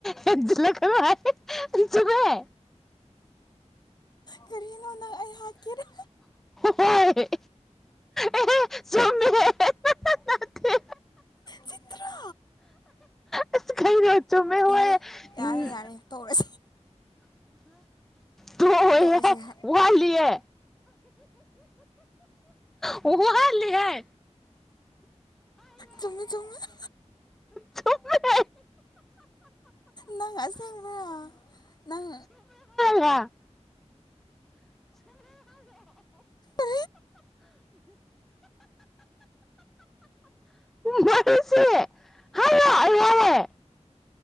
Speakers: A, in the centre; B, on the left (about 35°).
A: ꯍꯦꯟꯖꯤꯜꯂꯛꯀꯅꯣ ꯍꯥꯏꯌꯦ ꯆꯨꯝꯃꯦ
B: ꯀꯔꯤꯅꯣ ꯅꯪ ꯑꯩ ꯍꯥꯥꯠꯀꯦꯔ
A: ꯍꯣꯏ ꯑꯦ ꯆꯨꯝꯃꯦ ꯅꯠꯇꯦ
B: ꯆꯤꯠꯇ꯭ꯔꯥ
A: ꯑꯁ ꯀꯩꯅꯣ ꯆꯨꯝꯃꯦ ꯍꯣꯏ
B: ꯌꯔꯦ ꯌꯔꯦ
A: ꯎꯝ
B: ꯌꯥꯔꯦ ꯇꯧꯔꯁꯤ
A: ꯇꯣꯛꯑꯣꯏꯌꯦ
B: ꯇꯣꯛꯑꯁꯦ ꯍꯥꯏ
A: ꯋꯥꯠꯂꯤꯌꯦ ꯋꯥꯠꯂꯤꯍꯩ
B: ꯆꯨꯝꯃꯦ ꯆꯨꯃꯃꯦ
A: ꯆꯨꯝꯃꯦ
B: ꯅꯪ ꯑꯁꯦꯡꯕꯔ꯭ꯥ ꯅꯪ
A: ꯜꯂ
B: ꯎ
A: ꯃꯔꯨꯞꯁꯦ ꯍꯥꯏꯌꯣ ꯑꯩ ꯋꯥꯔꯦ